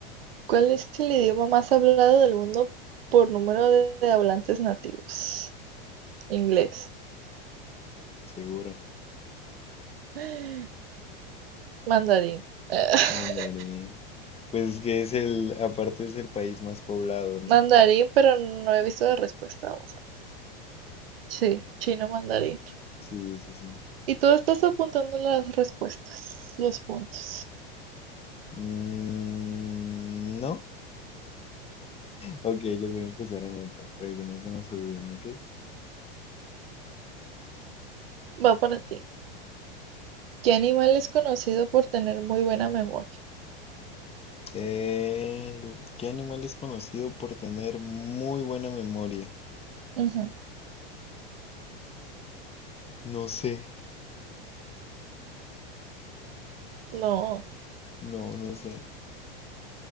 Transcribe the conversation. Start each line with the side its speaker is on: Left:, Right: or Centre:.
Right: ¿Cuál es el idioma más hablado del mundo por número de de hablantes nativos? Inglés.
Left: Segura.
Right: <gasps> Mandarín. <laughs>
Left: Mandarín. Pues es que es el, aparte es el país más poblado, ¿no?
Right: Mandarín, pero no he visto la respuesta. Vamos a ver. Sí, chino mandarín.
Left: Sí, sí, sí.
Right: Y tú estás apuntando las respuestas, los puntos.
Left: Mm, no. Ok, los voy a empezar a anotar para que no se nos olviden, ¿ok?
Right: Va para ti. ¿Qué animal es conocido por tener muy buena memoria?
Left: El- ¿qué animal es conocido por tener muy buena memoria?
Right: Ujú.
Left: No sé,
Right: No,
Left: no, no sé.